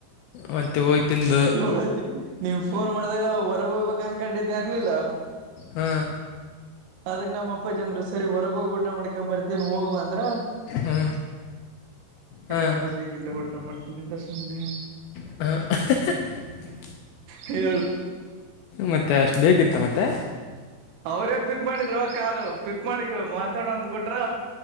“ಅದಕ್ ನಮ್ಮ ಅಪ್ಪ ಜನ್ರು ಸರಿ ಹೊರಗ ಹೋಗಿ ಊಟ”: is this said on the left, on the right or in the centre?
Right